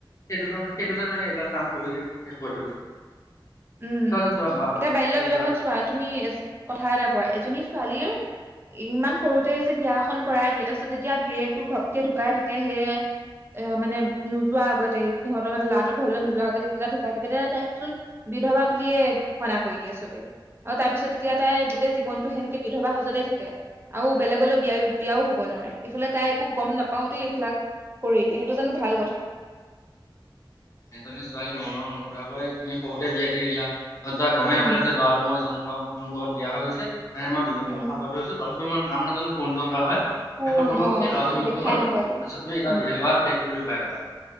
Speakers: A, on the left (about 40°); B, on the right (about 30°).
A: সেই দুজন সেই দুজনে মানে এইবিলাক কাম কৰি শেষ কৰি থৈ‌ গৈছে।
B: উম
A: চোৱাচোন চোৱা ভা ভাবি
B: এতিয়া বাল্য বিবাহত চোৱা তুমি কথা এটা কোৱা এজনী ছোৱালীয়ে, - ইমান সৰুতে যে বিয়া এখন কৰাই দিয়ে তাৰপিছত যেতিয়া গিৰীয়াকটো ঘপকে ঢুকাই থাকে সেই এ মানে নোযোৱা আগতেই সিহঁতৰ মানে লৰাটো ঘৰলৈ নোযোৱা আগতে যেতিয়া ঢুকাই থাকে তেতিয়া তাইকচোন বিধৱা বুলিয়ে ঘোষণা কৰি দিয়ে চবে আৰু তাৰপিছত তেতিয়া তাই গোটেই জীৱনতটো সেনেকে বিধৱা সাজতে থাকে আৰু বেলেগলৈ বিয়াও বিয়াও হব নোৱাৰে ইফালে তাই একো গম নাপাওতে এইবিলাক কৰি দিয়ে সেইটো জানো ভাল কথা
A: এজনী ছোৱালী মনৰ নোসোধাকৈ তুমি সৰুতে বিয়া দি দিলা অ তাই গমেই
B: উম
A: নাপাল যে লৰা আৰু মই এজন- মোৰ লগত বিয়া হৈ গৈছে মানে মই বিবাহত
B: উম
A: আৱদ্ধ হৈছো সেইটো মই নাম নাজানো কোনজন লৰা হয়। শেষত
B: কোন
A: গম পাব
B: অ
A: কি লৰাজনৰ
B: তাক
A: মৃত্যু
B: দেখাই
A: হল
B: নাপালো
A: তাৰপছত তুমি এটা
B: উম
A: বিধৱাে বেখটো? ল।